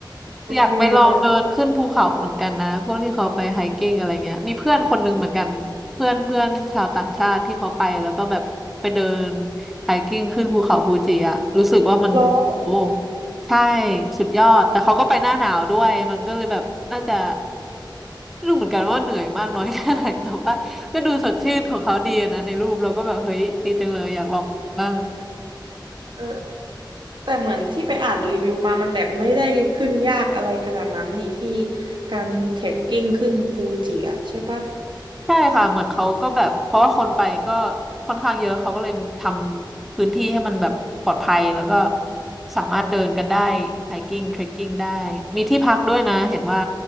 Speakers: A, in the centre; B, on the right (about 70°).
A: อยากไปลองเดินขึ้นภูเขาเหมือนกันนะพวกที่เขาไปไฮกิ้งอะไรเงี้ยมีเพื่อนคนหนึงเหมือนกันเพื่อนเพื่อนชาวต่างชาติที่เขาไปแล้วก็แบบไปเดิน
B: รีวิวแล้ว
A: ไฮกิ้งขึ้นภูเขาฟูจิอะรู้สึกว่ามันโอ้
B: แล้ว
A: ใช่สุดยอดแต่เขาก็ไปหน้าหนาวด้วยมันก็เลยแบบน่าจะไม่รู้เหมือนกันว่าเหนื่อยมากน้อยแค่ไหนแต่ว่าก็ดูสดชื่นของเขาดีอะนะในรูปเราก็แบบเฮ้ยดีจังเลยอยากลองบ้าง
B: เออแต่เหมือนที่ไปอ่านรีวิวมามันแบบไม่ได้ขึ้นยากอะไรขนาดนั้นนี่ที่การเทรคกิ้งขึ้นฟูจิอะใช่ปะ
A: ใช่ค่ะเหมือนเขาก็แบบเพราะว่าคนไปก็ค่อนข้างเยอะเขาก็เลยทำพื้นที่ให้มันแบบปลอดภัยแล้วก็สามารถเดินกันได้ไฮกิ้งเทรคกิ้งได้มีที่พักด้วยนะเห็นว่า